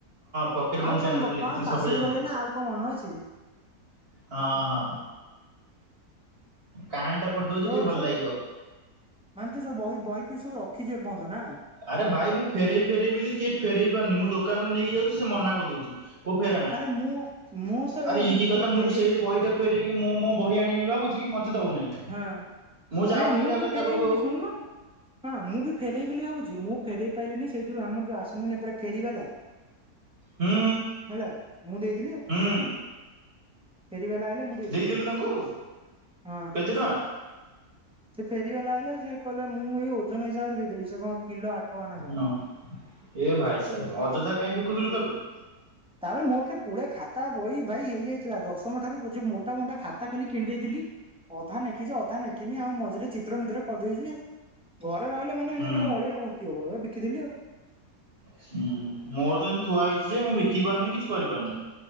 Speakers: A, on the right (about 40°); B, in the centre.
A: ଫକୀର ମୋହନ
B: ଆଉ
A: ସେନାପତି
B: କଣ ବୋପା
A: ଲେଖିଥିଲି
B: ପାଶୋରି
A: ସଭ୍ୟ ଜମିଦାର
B: ଗଲେଣି ନା ଆଉ କଣ ମନେ ଅଛି।
A: ହଁ ହଁ କାହାଣୀ ଟା ପଢ଼ି ଦଉଛି
B: ତୋର
A: ଟିକେ ଭଲ
B: ସବୁ
A: ଲାଗିବ।
B: ମାନେ ତୁ ସେ ବହି ବହିଫଇ ସବୁ ରଖିଚୁ ଏପର୍ଯ୍ୟନ୍ତ ନାଁ।
A: ଆରେ ଭାଇ ମୁଁ ଫେରଇବି ଫେରଇବି ବୋଲିି କିଏ ଫେରଇ ପାରୁନି। ମୁଁ ଦୋକାନ କୁ ନେଇକି ଯାଉଚି ସେ ମନା କରିଦଉଚି। ହଉ ଫେରାନା
B: ଆରେ ମୁଁ ମୁଁ ତ
A: ଆରେ
B: ଏଇଦି
A: ଇଏ କି କଥା
B: ଫେରେଇ
A: ମୁଁ ସେଇ ବହିଟା ଫେରେଇକି ମୁଁ ମୋ ବହି ଆଣିବି ଭାବୁଛି ମତେ ଦଉନାହିଁ।
B: ହଁ
A: ଯାଉନି
B: ନାଇଁ ମୁଁ
A: ରାଗରେ
B: ବି
A: ତା
B: ଫେରେଇବି
A: ପାଖକୁ
B: ବୋଲି
A: ଆଉ
B: ଶୁଣୁନୁ। ହଁ ମୁଁ ବି ଫେରେଇବି ବୋଲି ଭାବୁଛି। ମୁଁ ଫେରେଇ ପାଇଲିିନି ସେଇ ଯୋଉ ଆମର ଯୋଉ ଆସନ୍ତିନି ଏପଟେ ଫେରିବାଲା।
A: ହୁଁ
B: ହେଲା ମୁଁ ଦେଇଥିଲି ଆଉ।
A: ହୁଁ
B: ଫେରି ବାଲା ଆଇଲେ ମୁଁ ଦେଇଥିଲି
A: ଦେଇଦେଲୁ
B: ତାଙ୍କର
A: ତାଙ୍କୁ
B: ହଁ।
A: କେତେ ଟଙ୍କା
B: ସେ ଫେରିବାଲା ଆଇଲେ ସେ କହିଲେ ମୁଁ ଏଇ ଓଜନ ହିସାବରେ ଦେଇଦେଲି। ସେ କଣ କିଲୋ ଆଠ ଟଙ୍କା ନା କଣ।
A: ହଁ ଏ ଭାଇସାବ ଅଯଥା କାହିଁକି ବିକୁଥିଲୁ
B: ସେ
A: ତାକୁ।
B: ତାପରେ ମୋଠେ ପୁଳେ ଖାତା ବହି ଭାଇ ହେଇଯାଇଥିଲା। ଦଶମ ଠାରୁ ବୋଝେ ମୋଟା ମୋଟା ଖାତା ଖାଲି କିଣି ଦେଇଥିଲି। ଅଧା ନେଖିଛି ଅଧା ନେଖିନି। ଆଉ ମଝିରେ ଚିତ୍ର ମିତ୍ର କରିଦେଇଛି ଘରେ ରହିଲେ ମାନେ
A: ହୁଁ
B: ଏଇନେ ଖାଲି ଅଳିଆ ଭର୍ତ୍ତି ହବ ସେଗୁଡା ବିକିଦେଲି ଆଉ।
A: ହୁଁ ମୋର ତ ଏମିତି ଥୁଆ ହେଇଛି ଯେ ମୁଁ ବିକି ପାରୁନି କିଛି କରିପାରୁନି